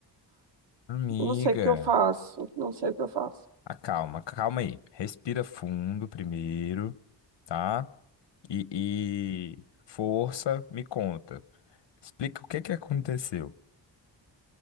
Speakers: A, on the left; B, on the right.
A: Amiga,
B: Eu não sei o que eu faço, não sei o que eu faço.
A: acalma, calma aí. Respira fundo primeiro, tá? E, e força, me conta. Explica o que que aconteceu.